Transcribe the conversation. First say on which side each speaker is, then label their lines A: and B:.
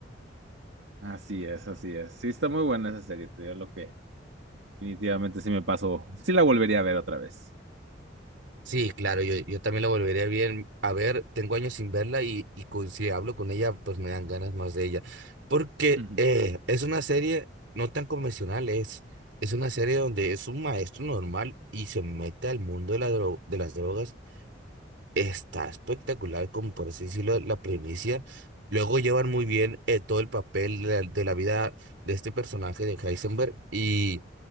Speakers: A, on the right (about 80°); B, on the right (about 70°).
A: así es, así es. Sí, está muy buena esa serie, te digo lo que definitivamente sí me pasó. Sí la volvería a ver otra vez.
B: Sí, claro, yo, yo también la volveré a bien a ver. Tengo años sin verla y, y con- si hablo con ella, pues me dan ganas más de ella. Porque
A: Ujú.
B: eh, es una serie no tan convencional, es, es una serie donde es un maestro normal y se mete al mundo de la dro- de las drogas está espectacular, como por así decirlo, la primicia. Luego llevan muy bien eh, todo el papel de la, de la vida de este personaje de Heisenberg y